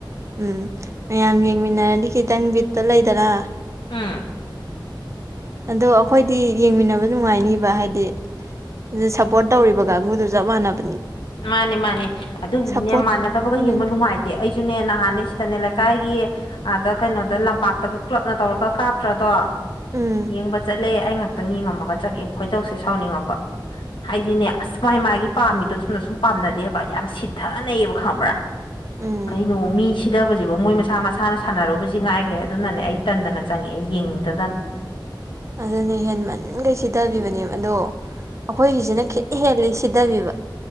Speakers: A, on the right; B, on the left.
A: ꯎꯝ ꯃꯌꯥꯝ ꯌꯦꯡꯃꯤꯟꯅꯔꯗꯤ ꯈꯤꯇꯪ ꯕꯤꯠꯇ ꯂꯩꯗꯔꯥ
B: ꯍꯥ
A: ꯑꯗꯣ ꯑꯩꯈꯣꯏꯗꯤ ꯌꯦꯡꯃꯤꯟꯅꯕ ꯅꯨꯡꯉꯥꯏꯅꯤꯕ ꯍꯥꯏꯗꯤ ꯑꯗꯨ ꯁꯞꯄꯣꯔꯠ ꯇꯧꯔꯤꯕ ꯀꯥꯡꯕꯨꯗꯨ ꯆꯞ ꯃꯥꯟꯅꯕ
B: ꯃꯥꯅꯦ ꯃꯥꯅꯦ ꯑꯗꯨꯕꯨꯗꯤꯅꯦ
A: ꯁꯞꯄꯣꯔꯠ
B: ꯃꯥꯟꯅꯗꯕꯒ
A: ꯎꯝ
B: ꯌꯦꯡꯕ ꯅꯨꯡꯉꯥꯏꯇꯦ ꯑꯩꯁꯨꯅꯦ ꯅꯍꯥꯟꯅꯦ ꯁꯤꯗꯅꯦ ꯀ ꯀꯥꯏꯒꯤ ꯑꯥꯗ ꯀꯩꯅꯣꯗ ꯂꯝꯄꯥꯛꯇꯒ ꯀ꯭ꯂꯞꯅ ꯇꯧꯔꯒ ꯀꯥꯞꯇ꯭ꯔꯗꯣ
A: ꯎꯝ
B: ꯌꯦꯡꯕ ꯆꯠꯂꯦ ꯑꯩ ꯉꯥꯛꯇꯪ ꯌꯦꯡꯉꯝꯃꯒ ꯆꯠꯒꯦ ꯈꯣꯏꯗꯧꯁꯦ ꯁꯥꯎꯅꯤꯡꯉꯛꯄ ꯍꯥꯏꯗꯤꯅꯦ ꯑꯁ ꯃꯥꯥꯏ ꯃꯥꯒꯤ ꯄꯥꯝꯃꯤꯗꯣ ꯅ ꯁꯨꯝ ꯄꯥꯝꯅꯗꯦꯕ ꯌꯥꯝ ꯁꯤꯊꯅꯩꯌꯦꯕ ꯈꯪꯕ꯭ꯔꯥ
A: ꯎꯝ
B: ꯀꯩꯅꯣ ꯃꯤꯁꯤꯗ ꯕꯁꯤꯕꯨ ꯃꯣꯏ ꯃꯁꯥ ꯃꯁꯥꯅ ꯁꯥꯟꯅꯔꯨꯕꯁꯤ ꯉꯥꯏꯈ꯭ꯔꯦ ꯑꯗꯨꯅꯅꯦ ꯑꯩ ꯇꯟꯗꯅ ꯆꯪꯉꯛꯦ ꯑꯩ ꯌꯦꯡꯅꯤꯡꯗꯗꯅ
A: ꯑꯗꯨꯅꯦ ꯍꯦꯟꯃꯟꯈꯩ ꯁꯤꯊꯕꯤꯕꯅꯦ ꯑꯗꯣ ꯑꯩꯈꯣꯏꯒꯤꯁꯤꯅ ꯈꯤꯠ ꯍꯦꯜꯂꯤ ꯁꯤꯊꯕꯤꯕ